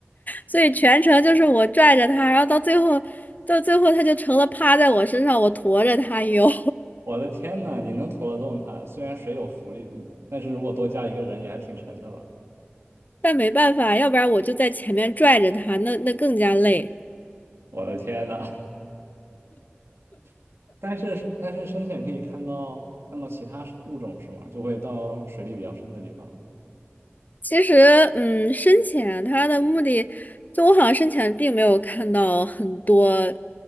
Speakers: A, on the left; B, on the right.
A: 所以全程就是我拽着他，然后到最后到最后他就成了趴在我身上，我驮着他游，
B: 我的天呐，你能拖得动他？虽然水有浮力，但是如果多加一个人也还挺沉的吧？
A: <laughs> 但没办法，要不然我就在前面拽着他，那那更加累。
B: 我的天呐！<laughs> 但是但是深潜可以看到看到其他物种是吗？就会到水里比较深的地方了。
A: 其实，嗯，深潜它的目的，就我好像深潜并没有看到很多，